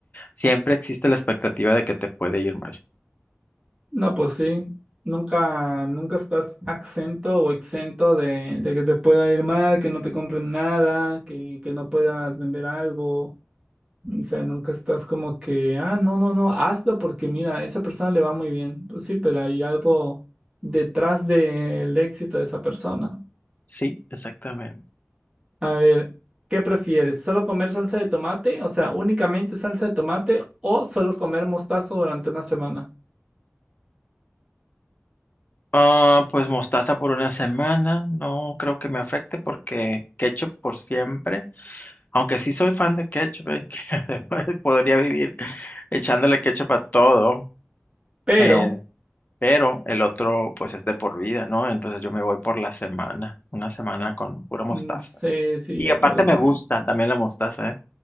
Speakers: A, on the left (about 40°); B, on the right (about 20°).
A: siempre existe la expectativa de que te puede ir mal.
B: No, pues sí, nunca, nunca estás exento o exento de, de que te pueda ir mal, que no te compren nada, que, que no puedas vender algo. O sea, nunca estás como que, ah, no, no, no, hazlo porque mira, a esa persona le va muy bien. Pues sí, pero hay algo detrás del éxito de esa persona.
A: Sí, exactamente.
B: A ver, ¿qué prefieres? ¿Solo comer salsa de tomate? O sea, únicamente salsa de tomate o solo comer mostazo durante una semana.
A: Ah, pues mostaza por una semana, no creo que me afecte porque ketchup por siempre, aunque sí soy fan de ketchup, ¿eh? <laughs> que además podría vivir echándole ketchup a todo.
B: Pero,
A: Eh, pero el otro pues es de por vida, ¿no? Entonces yo me voy por la semana, una semana con pura mostaza.
B: mm, sí, sí,
A: Y
B: yo
A: aparte
B: creo
A: me
B: que también.
A: gusta también la mostaza, ¿eh?